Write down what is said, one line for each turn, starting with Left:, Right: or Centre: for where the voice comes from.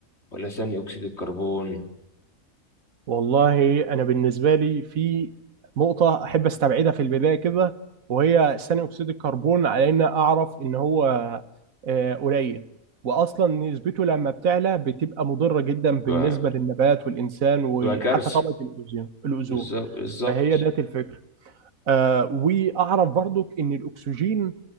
Left: ولا ثاني أكسيد الكربون
Right: والله انا بالنسبه لي في نقطه احب استبعدها في البدايه كده وهي ثاني اكسيد الكربون على ان اعرف ان هو آه، قليل واصلا نسبته لما بتعلى بتبقى مضره جدا بالنسبه
Left: ف-
Right: للنبات والانسان وحتى
Left: تبقى كارثة
Right: طبقه الاوزون الاوزون
Left: بالظبط بالظبط
Right: فهي ذات الفكره آه واعرف برضك ان الاكسجين